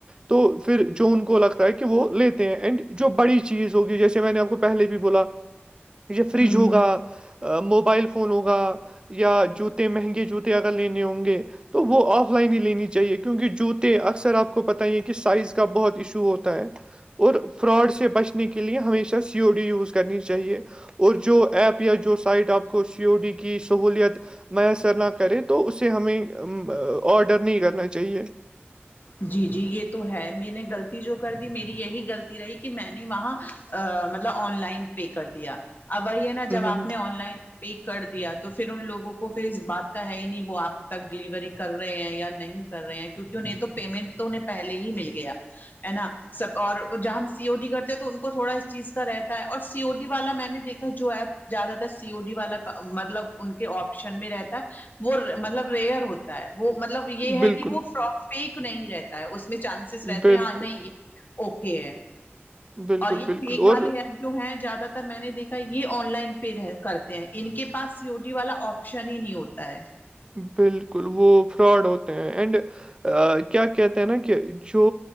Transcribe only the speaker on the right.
تو پھر جو ان کو لگتا کہ وہ لیتے ہیں اینڈ جو بڑی چیز ہوگی جیسے میں نے آپ کو پہلے بھی بولا فریج
ہوگا موبائل فون ہوگا یا جوتے مہنگے جوتے اگر لینے ہوں گے تو وہ آف لائن ہی لین چاہیے چاہے کیونکہ جوتے اکثر آپ کو پت ہی ہے کہ سائز کا بہت ایشو ہوتا ہے اور فراڈ سے بچنے کے لیے ہمیشہ سی او ڈی یوز کرنی چاہیے اور جو ایپ یا جو سائٹ آپ کو سی او ڈی کی کی سہولیت میسر نہ کرے تو اسے ہمیں آڈر نہیں کرنا چاہیے
ہ
ہ
ہ
بالکل
بالکل
بالکل
بالکل
اور
بالکل وہ فراڈ ہوتے ہیں اینڈ کیا کہتے ہیں نا کہ جو